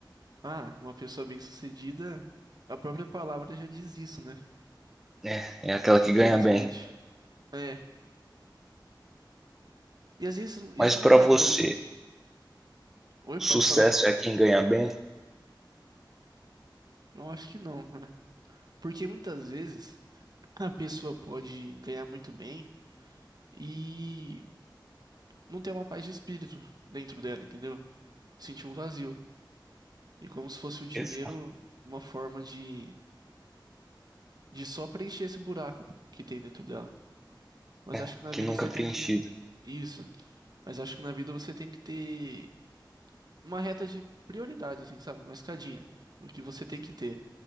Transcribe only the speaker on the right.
ah, uma pessoa bem-sucedida, a própria palavra já diz isso, né?
Infelizmente.
É. E às vezes isso
não tá.
tra- Oi,
pode falar?
Eu acho que não, né? Porque muitas vezes. A pessoa pode ganhar muito bem e não ter uma paz de espírito dentro dela, entendeu? Sentir um vazio. E como se fosse o dinheiro
uma forma de, de só preencher esse buraco que tem dentro dela. Mas acho
que na
vida
você
tem que. Isso. Mas acho que na vida você tem que ter uma reta de prioridade, assim, sabe? Uma escadinha. O que você tem que ter.